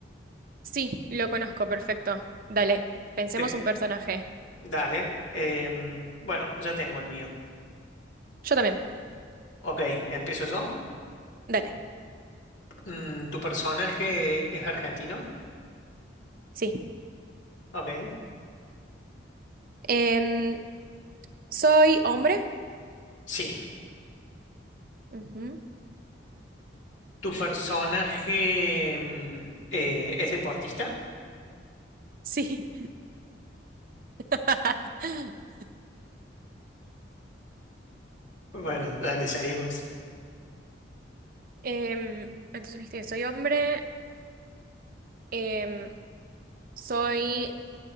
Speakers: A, on the right; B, on the left.
A: Sí, lo conozco, perfecto. Dale, pensemos
B: Te-
A: un personaje.
B: dale. em, bueno, ya tengo el mío.
A: Yo también.
B: Ok, empiezo yo.
A: Dale,
B: Mm, ¿tu personaje es argentino?
A: sí.
B: Ok.
A: Em, ¿soy hombre?
B: Sí.
A: Ujú.
B: ¿Tu personaje mm, eh, es deportista?
A: Sí. <laughs>
B: Bueno, dale, seguí vos.
A: Em, entonces dijiste, soy hombre, em, soy